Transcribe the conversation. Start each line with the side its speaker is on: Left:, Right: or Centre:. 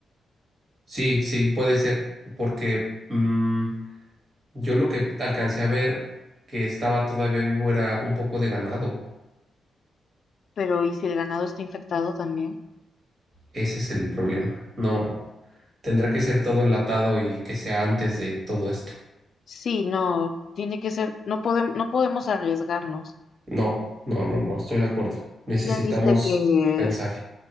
Right: Sí, sí, puede ser, porque... mm, Yo lo que alcancé a ver que estaba todavía vivo era un poco de ganado.
Left: Pero ¿y si el ganado está infectado también?
Right: Ese es el problema. No, tendrá que ser todo enlatado y que sea antes de todo esto.
Left: Sí, no, tiene que ser, no podemos, no podemos arriesgarnos.
Right: No, no, no, no, estoy de acuerdo. Necesitamos
Left: Ya viste que,
Right: pensar.